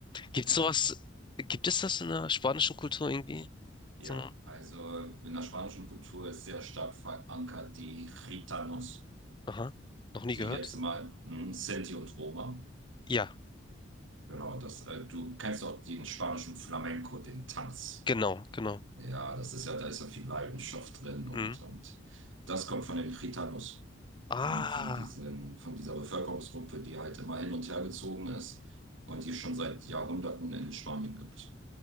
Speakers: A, on the left; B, on the right.
A: Gibt's
B: ja.
A: sowas,
B: auch-
A: gibt es das in der spanischen Kultur irgendwie?
B: Ja,
A: So eine,
B: also in der spanischen Kultur ist sehr stark verankert die Gitanos,
A: aha, noch nie
B: die
A: gehört?
B: jetzt mal hm, Sinti und Roma.
A: Ja,
B: Genau, das, äh, du kennst auch den spanischen Flamenco, den Tanz.
A: genau, genau.
B: Ja, das ist ja, da ist ja viel Leidenschaft drin und,
A: Mhm.
B: und das kommt von den Chitanus,
A: Ah,
B: von, von diesen, von dieser Bevölkerungsgruppe, die halt immer hin und her gezogen ist und die es schon seit Jahrhunderten in Spanien gibt.